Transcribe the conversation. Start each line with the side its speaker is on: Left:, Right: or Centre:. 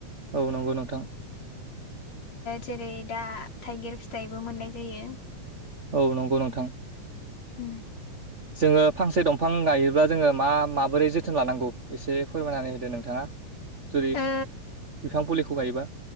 Right: औ नंगौ नोंथां
Left: जेरै दा थाइगिर फिथाइबो मोननाय जायो
Right: औ नंगौ नोंथां
Left: उम
Right: जोङो फांसे दंफां गायोब्ला जोङो मा माबोरै जोथोन लानांगौ एसे फोरमायनानै होदो नोंथाङा जेरै
Left: ओ
Right: बिफां फुलिखौ गायोबा